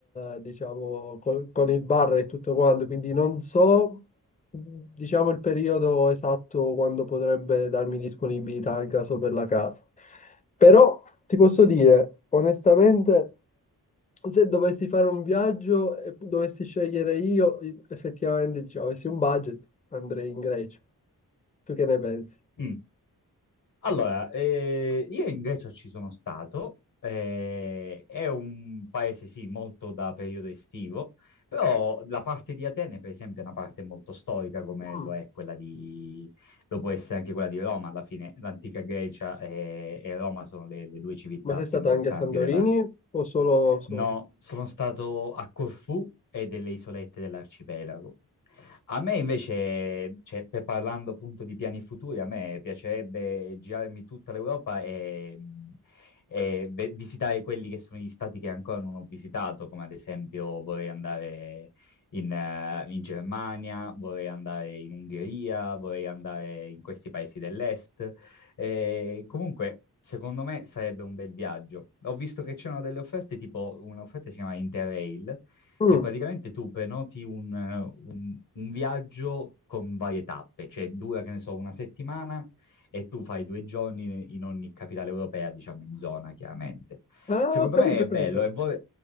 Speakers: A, on the left; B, on the left.
A: eh, diciamo, col- con il bar e tutto quanto, quindi non so Diciamo il periodo esatto quando potrebbe darmi disponibilità in caso per la casa. Però ti posso dire, onestamente, se dovessi fare un viaggio e dovessi scegliere io, effettivamente, diciamo, avessi un budget, andrei in Grecia. Tu che ne pensi?
B: Mm. Allora, eh, io in Grecia ci sono stato, eh, è un paese sì molto da periodo estivo, però la parte di Atene per esempio è una parte molto storica come
A: Mm.
B: lo è quella di, lo può essere anche quella di Roma, alla fine l'antica Grecia e, e Roma sono le, le due civiltà
A: Ma sei
B: più
A: stato
B: importanti
A: anche a Santorini
B: della...
A: o solo... solo?
B: No, sono stato a Corfù e delle isolette dell'arcipelago. A me invece, cioè, per- parlando appunto di piani futuri, a me piacerebbe girarmi tutta l'Europa e, e ve- visitare quelli che sono gli stati che ancora non ho visitato, come ad esempio vorrei andare in, eh, in Germania, vorrei andare in Ungheria, vorrei andare in questi paesi dell'est. Eh, comunque, secondo me sarebbe un bel viaggio. Ho visto che c'erano delle offerte, tipo un'offerta che si chiama Interrail,
A: Mm.
B: che praticamente tu prenoti un, un- un viaggio con varie tappe, cioè dura, che ne so, una settimana e tu fai due giorni in, in ogni capitale europea, diciamo in zona, chiaramente.
A: Ah,
B: Secondo
A: ho capito,
B: me è
A: ho capito.
B: bello e, vor-